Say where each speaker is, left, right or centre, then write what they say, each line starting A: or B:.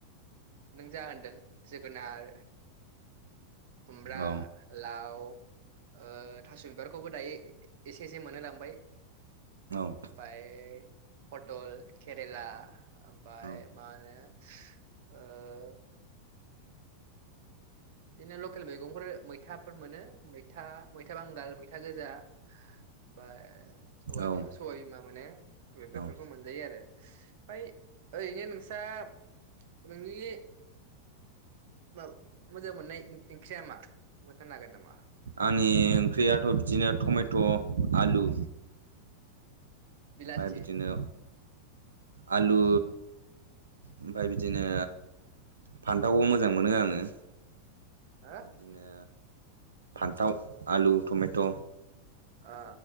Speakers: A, on the right (about 50°); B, on the right (about 70°).
A: नों जा होनदों जोगोनार खुमब्रा
B: औ
A: लाव ओ थास' बिबारखौबो दायो एसे एसे मोनहोलांबाय
B: औ
A: ओमफाय पटल केरेला ओमफाय
B: औ
A: मा होनो ओ <inaudible> दिनो लकेल मैगंफोर मैथाफोर मोनो मैथा मैथा बांगाल था गोजा बा सबायबि
B: औ
A: सबायबिमा मोनो बे बेफोरखौ
B: औ
A: मोनजायो आरो फाय यैनो नोंसाब नोंनि माव मोजां मोननाय ओंख्रिया मा बुथानो हागोन नामा?
B: आंनि ओंख्रियाथ' बिदिनो टमेट' आलु
A: बिलाथि
B: ओमफाय बिदिनो आलु
A: ओ
B: ओमफाय बिदिनो फान्थावबो मोजां मोनो आङो
A: हो
B: मा बिनो फान्थाव आलु टमेट'
A: ओ